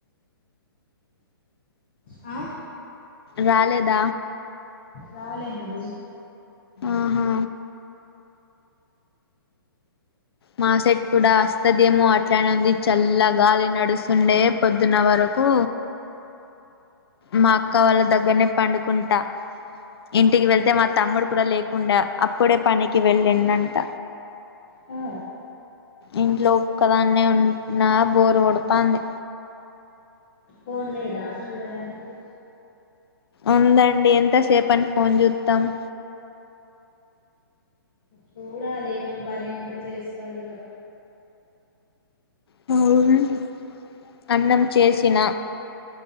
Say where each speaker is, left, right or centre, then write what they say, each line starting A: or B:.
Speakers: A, on the left; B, on the left.
A: ఆ
B: రాలేద
A: రాలే అండి.
B: ఆహా మా సైట్ కూడ వస్తదేమో అట్లానే ఉంది చల్లగాలి నడుస్తుండే పొద్దున్న వరకు మా అక్క వాళ్ళ దగ్గరనే పండుకుంట ఇంటికి
A: అవునా
B: వెళ్తే మా తమ్ముడు కూడ లేకుండా అప్పుడే పనికి వెళ్ళిండు అంట
A: ఆ
B: ఇంట్లో ఒక్కదాన్నే ఉన్న బోరు కొడతంది
A: ఫోన్ లేద చూడడానికి
B: ఉందండి ఎంతసేపు అంని ఫోన్ <unintelligible>
A: చూడాలి ఏమన పని ఉంటే చేసుకోవాలి ఇగ
B: <unintelligible> అన్నం చేసిన